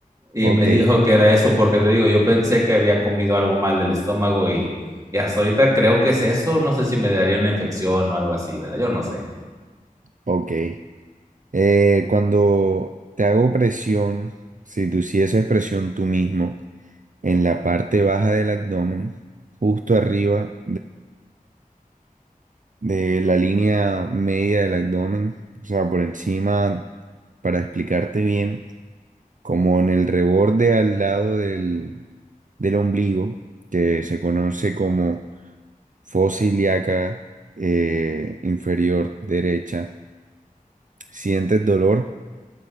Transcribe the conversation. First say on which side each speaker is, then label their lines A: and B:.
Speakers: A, on the right; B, on the right.
A: Y
B: ok,
A: me dijo que era eso, porque te digo, yo pensé que había comido algo mal del estómago y, y hasta ahorita creo que es eso. No sé si me daría una infección o algo así, ¿verdad? Yo no sé.
B: ok. Eh, cuando te hago presión, si tú hicieses presión tú mismo en la parte baja del abdomen, justo arriba de la línea media del abdomen, o sea, por encima, para explicarte bien, como en el reborde al lado del, del ombligo, que se conoce como fosa ilíaca eh, inferior derecha. ¿Sientes dolor?